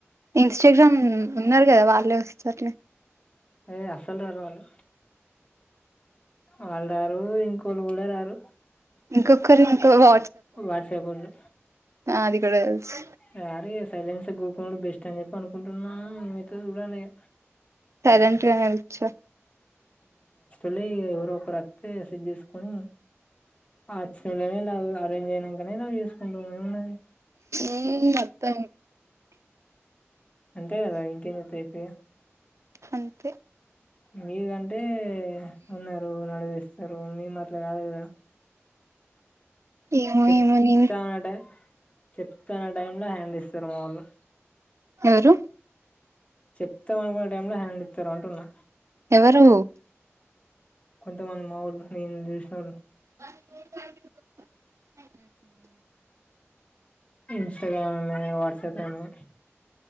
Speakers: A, on the right; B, on the left.
A: ఇంస్టాగ్రామ్ ఉన్నారు కదా వాళ్ళే వస్తర్ లే
B: ఏ అసలు రారు వాళ్ళు వాళ్ళు రారు ఇంకొల్లు కూడా రారు
A: ఇంకొకరు ఇంకా వ
B: వాట్సాప్ వొళ్ళు
A: అది కూడా తెసి
B: రారు ఇగ సైలెన్స్ గుకునుడు బెస్ట్ అని చెప్పి అనుకుంటున్నా ఏమైతదొ చూడాలి ఇగ
A: సైలెంట్ గానే కూర్చో
B: మళ్ళీ ఎవరో ఒకరు వస్త సెట్ చేసుకొని అస్సలే లవ్ అరేంజ్ అయినంకనే లవ్ చేసుకుంటాం ఏమున్నది
A: ఎయ్ మొత్తం
B: అంతే కదా ఇంకేం చెతా చెప్పు ఇగ
A: అంతే
B: మీ రంటే ఉన్నారు నడువిస్తారు మీ మాట్లా కాదు కదా
A: ఏమో
B: చెప్తా
A: ఏమో నేను
B: అనే టైం చెప్తాన్న టైము లో హ్యాండ్ ఇస్తారు మా వాళ్ళు
A: ఎవరు
B: చెప్తాం అనుకునే టైం లో హ్యాండ్ ఇస్తారు అంటున్నా
A: ఎవరు
B: కొంతమంది మా వాళ్ళు నేను చూసినోళ్ళు
A: అ
B: ఇన్స్టాగ్రామ్ని వాట్సాప్ అని